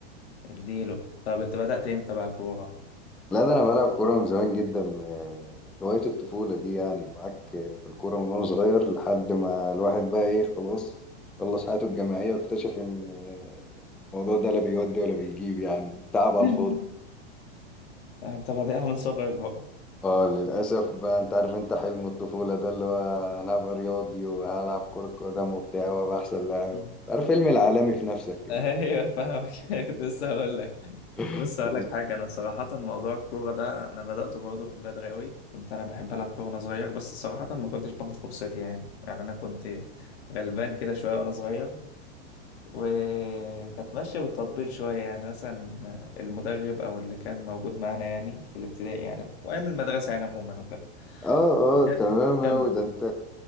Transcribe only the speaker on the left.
اديله طب انت بدأت امتى بقى كورة؟
<laughs>
انت بادئها من صغرك بقى
<laughs> مم.
ايوه فاهمك <laughs> كنت لسه هقول لك
بص
هقول لك حاجة انا صراحة موضوع الكورة ده انا بدأته برضه من بدري قوي كنت انا بحب العب كورة وانا صغير بس صراحة ما كنتش باخد فرصتي يعني يعني انا كنت غلبان كده شوية وانا صغير وكانت ماشية بالتطبيل شوية يعني مثلا المدرب أو اللي كان موجود معانا يعني في الابتدائي يعني وأيام المدرسة يعني عموما وكده
بجد
كمل